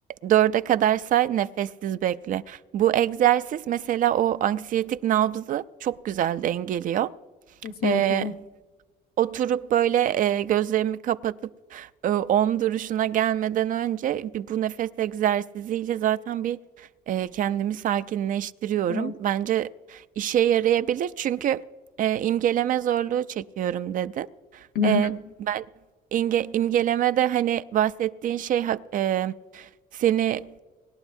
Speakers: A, on the right; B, on the left.
A: dörde kadar say, nefessiz bekle. Bu egzersiz mesela o anksiyetik nabzı çok güzel dengeliyor.
B: Kesinlikle.
A: E, Oturup böyle, eee, gözlerimi kapatıp, ııı, OM duruşuna gelmeden önce bir bu nefes egzersiziyle zaten bir, eee, kendimi sakinleştiriyorum.
B: Evet.
A: Bence işe yarayabilir çünkü, eee, imgeleme zorluğu çekiyorum dedin.
B: Hı
A: Eee,
B: hı.
A: ben imge imgelemede, hani, bahsettiğin şey hak eee, seni